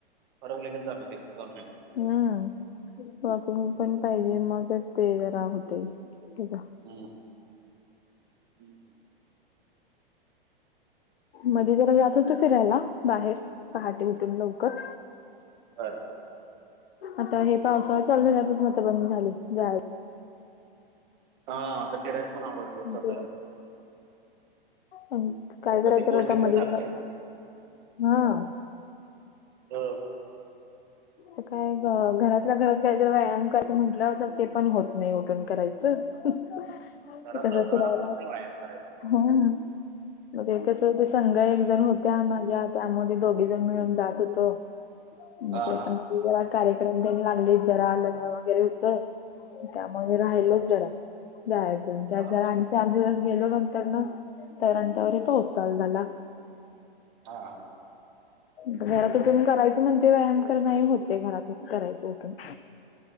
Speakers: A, on the right; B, on the left.
A: फरक लगेच जाणवतोय दोन मिहीन्यात.
B: हां वॉकिंग पण पाहिजे मगच ते जरा होतंय हेज
A: हुं हं
B: मध्ये जरा जात होतो फिरायला बाहेर पहाटे उठून लवकर
A: बरं
B: आता हे पावसाळा चालू झाल्यापासन आता बंद झालय जाया
A: हां आता फिरायच पण आवघड पाऊस चालू
B: ते
A: झाल्यावर.
B: काय करायच
A: कधी पोहोचेल
B: आता <inaudible> मधी
A: काय सांगता
B: जरा
A: येत
B: हां
A: हां
B: आता काय घरातल्या घरात काय तर व्यायाम कराचं म्हटल्यावर ते पण होत नाही उठून करायचं. <inaudible>
A: घरात
B: ते कस
A: घरात
B: फिरायलायं
A: होत नाही व्यायाम करायच
B: हां बघुया कसं होते संघ एकजण होत्या माझ्या त्यामध्ये दोघी जणी मिळुन जात होतो. मग
A: हा
B: ते
A: हा
B: मधी जरा कार्यक्रम तेनी आनंलीत जरा लग्न वगैरे हुतं त्यामुळे राहिलच
A: बर
B: जरा जायाच त्यात
A: हा
B: जरा आ चार दिवस गेलो नंतरनां तरं आणि तोवर पाऊस चालू झाला.
A: हां हां
B: घरात उठून करायचं म्हण ते व्यायाम खर नाही होते घरातच करायच उठून.